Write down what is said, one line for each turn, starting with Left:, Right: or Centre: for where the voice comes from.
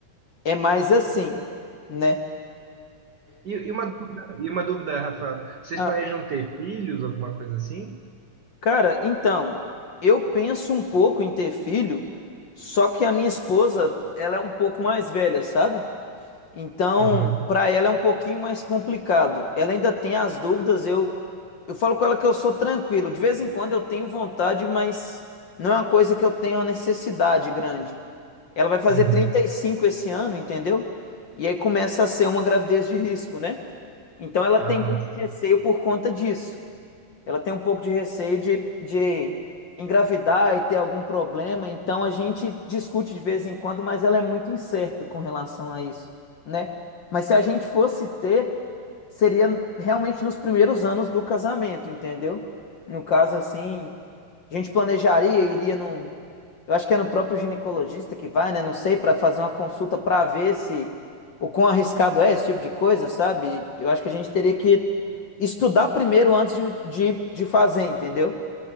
Left: É mais assim, né?
Right: E, e uma dúvida, e uma dúvida, Rafael. Vocês
Left: Ah,
Right: planejam ter filhos, alguma coisa assim?
Left: cara, então, eu penso um pouco em ter filho, só que a minha esposa, ela é um pouco mais velha, sabe? Então,
Right: Uhum.
Left: para ela é um pouquinho mais complicado. Ela ainda tem as dúvidas. Eu, eu falo com ela que eu sou tranquilo. De vez em quando eu tenho vontade, mas não é uma coisa que eu tenho uma necessidade grande. Ela vai fazer
Right: Uhum.
Left: trinta e cinco esse ano, entendeu? E aí começa a ser uma gravidez de risco, né? Então ela
Right: Ah,
Left: tem muito
Right: s-
Left: receio por conta disso. Ela tem um pouco de receio de, de engravidar e ter algum problema, então a gente discute de vez em quando, mas ela é muito incerta com relação a isso, né? Mas se a gente fosse ter, seria realmente nos primeiros anos do casamento, entendeu? No caso, assim, a gente planejaria, iria num. Eu acho que é no próprio ginecologista que vai, né? Não sei, para fazer uma consulta para ver se o quão arriscado é esse tipo de coisa, sabe? Eu acho que a gente teria que estudar primeiro antes de, de, de fazer, entendeu?